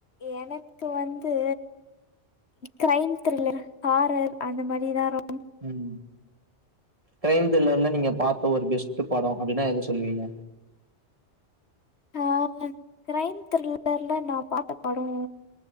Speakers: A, on the left; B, on the right.
A: எனக்கு வந்து கிரைம் த்ரில்லர் ஹாரர் அந்த மாதிரிதான்
B: ம் கிரைம் த்ரில்லர்ல நீங்க பாத்த ஒரு பெஸ்ட் படோ அப்டின்னா எத சொல்லுவீங்க?
A: ஆ கிரைம் த்ரில்லர்ல நா பாத்த பாடோ